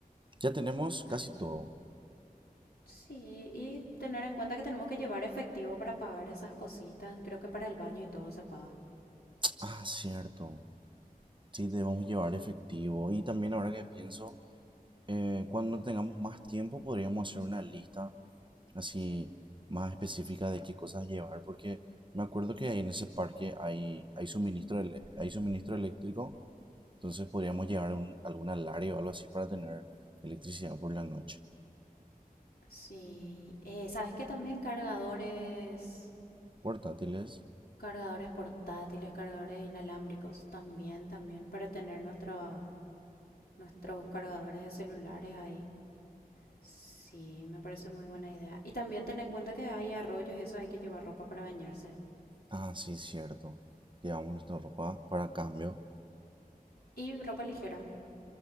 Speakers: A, on the right; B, on the left.
A: Ya tenemos
B: Al...
A: casi todo.
B: Sí, y tener en cuenta que tenemos que llevar efectivo para pagar esas cositas. Creo que para el baño y todo se paga.
A: Ah, cierto. Sí, debemos llevar efectivo. Y también ahora que pienso, eh, cuando tengamos más tiempo podríamos hacer una lista así más específica de qué cosas llevar, porque me acuerdo que ahí en ese parque hay, hay suministro, ele- hay suministro eléctrico, entonces podríamos llevar un- algún alario o algo así para tener electricidad por la noche.
B: Sí, eh, ¿sabes qué? También cargadores,
A: Portátiles.
B: cargadores portátiles, cargadores inalámbricos. También, también, para tener nuestra, nuestros cargadores de celulares ahí. Sí, me parece muy buena idea. Y también ten en cuenta que hay arroyos y eso hay que llevar ropa para bañarse.
A: Ah, sí, cierto. Llevamos nuestra ropa para cambio.
B: Y ropa ligera